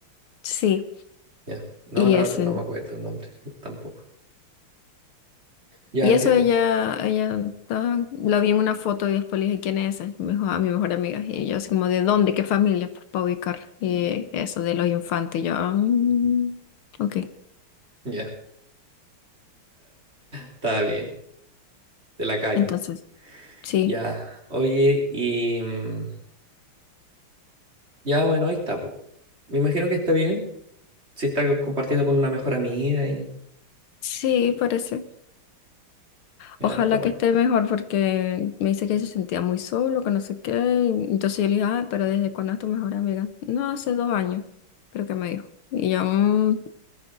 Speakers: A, on the left (about 75°); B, on the right (about 30°).
A: Sí,
B: Ya. No,
A: y
B: la
A: eso.
B: otra no me acuerdo el nombre, tampoco. Ya
A: Y
B: entiendo.
A: eso ella, ella estaba- lo vi en una foto y después le dije, ¿quién es esa? Y me dijo, ah, mi mejor amiga. Y yo así como, ¿de dónde? ¿Qué familia? Pues para ubicar y eso de los infantes. Y yo, "Ah, mm, ok.
B: Ya, está bien, de la calle.
A: Entonces, sí,
B: Ya, oye, y mm, ya bueno, ahí está, pues. Me imagino que está bien. Si está co- compartiendo con una mejor amiga y
A: sí, parece.
B: ya
A: Ojalá
B: está bueno.
A: que esté mejor porque me dice que se sentía muy solo, que no sé qué. Y Entonces yo le dije, ah, pero ¿desde cuándo es tu mejor amiga? No, hace dos años, creo que me dijo. Y yo, "Mm,